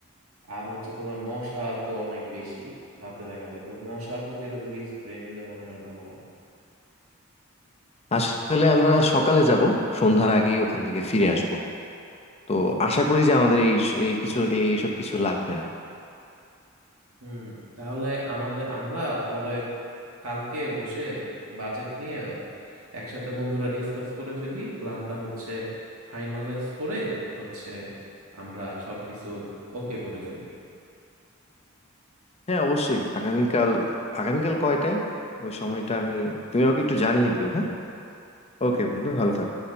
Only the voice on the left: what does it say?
আসলে আমরা সকালে যাব সন্ধ্যার আগেই ওখান থেকে ফিরে আসব তো আশা করি যে আমাদের এই এই কিছু এই- এইসব কিছু লাগবে না
হ্যাঁ অবশ্যই আগামীকাল আগামীকাল কয়টায় ওই সময়টা আমি তুমি আমাকে একটু জানিয়ে দিও হ্যাঁ ওকে বন্ধু ভালো থাকো